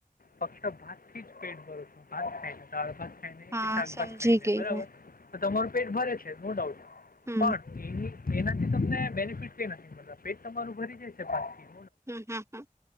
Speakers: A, on the left; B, on the right.
A: ફક્ત ભાતથી જ પેટ ભરે છે. ભાત ખાય, દાળ‌ ભાત.
B: હા
A: કે શાકભાત
B: સમજી
A: ખાઈને
B: ગઈ
A: બરોબર.
B: મેં
A: તમારુ પેટ ભરે છે, નો ડાઉટ.
B: હમ
A: પણ એનાથી તમને બેફ <unintelligible> પેટ તમારું ભરી જાયશે, બાકી.
B: હમ, હમ, હમ.